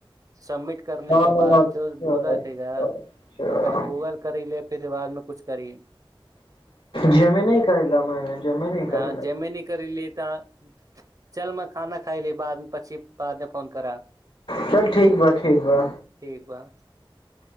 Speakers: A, on the right; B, on the left.
A: सबमिट करने
B: हँ
A: के बाद
B: अच्छा
A: जो बोला छैेगा
B: अच्छा
A: तो पहिले गूगल करी ले फेर बादमे कुछ करी
B: जेमे न करै ल मने जमे नहि
A: हँ
B: करै ल
A: जेमे न करी ली तऽ चल मैं खाना खाइ ली बाद पछ्छि बाद मे फोन करा
B: चल ठीक बा ठीक बा
A: ठीक बा